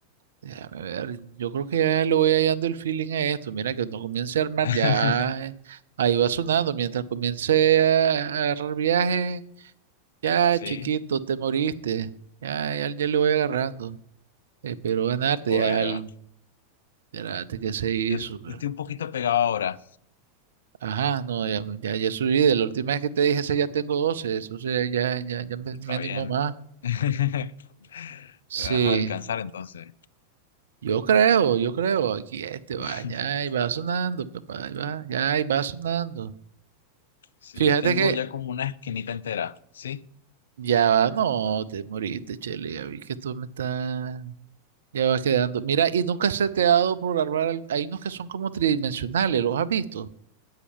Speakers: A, on the right; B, on the left.
A: Déjame ver, yo creo que ya le voy hallando el feeling a esto. Mira, que cuando comience a armar,
B: <laughs>
A: ya eh, ahí va sonando. Mientras comience a, a agarrar viaje, ya
B: Sí.
A: chiquito, te moriste. Ya, ya, ya le voy agarrando. Espero ganarte,
B: Bueno,
A: ya el- espérate que se hizo.
B: yo,
A: pero-
B: yo estoy un poquito pegado ahora,
A: Ajá, no, ya, ya, ya subí. De la última vez que te dije, ese ya tengo doce Eso sea, ya, ya, ya me,
B: está
A: me animó
B: bien.
A: más.
B: <laughs> Vas
A: Sí.
B: a alcanzar entonces.
A: Yo creo, yo creo, aquí este va,
B: <laughs>
A: ya ahí va sonando, papá, ahí va, ya ahí va sonando.
B: Sí,
A: Fíjate
B: yo tengo
A: que
B: ya como una esquinita entera, ¿sí?
A: ya va, no, te moriste, Chele, ya vi que tú me estás, ya vas quedando. Mira, y nunca se te ha dado por armar, al- hay unos que son como tridimensionales, ¿los has visto?